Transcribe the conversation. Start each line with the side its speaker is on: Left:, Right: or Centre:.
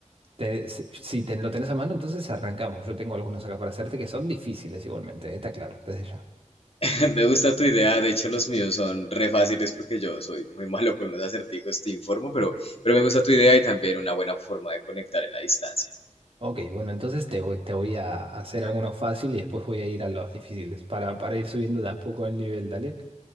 Right: te- si si te, lo tenés a mano, entonces arrancamos. Yo tengo algunos acá para hacerte que son difíciles igualmente, eh, está claro, desde ya.
Left: <laughs> Me gusta tu idea, de hecho los míos son re fáciles porque yo soy muy malo con los acertijos, te informo, pero, pero me gusta tu idea y también una buena forma de conectar en la distancia.
Right: Ok, bueno, entonces te voy, te voy a hacer algunos fáciles y después voy a ir a los difíciles para, para ir subiendo de a poco el nivel, dale.